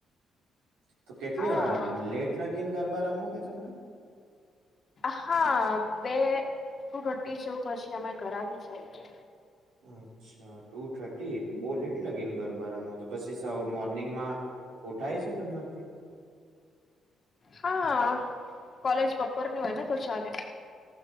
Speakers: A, on the right; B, on the left.
A: તો કેટલી
B: હા
A: વાર લેટ નાગીને ગરબા રમો કે તમે
B: હા બે ટુ થર્ટી જેવું પછી અમે ઘર આવી છે
A: અચ્છા ટુ થર્ટી બો લેટ લાગી ને ગરબારમાં તો પછી મોર્નિંગમાં ઉઠાય છે તમારથી
B: હા કોલેજ બપોરની હોય ને તો ચાલે.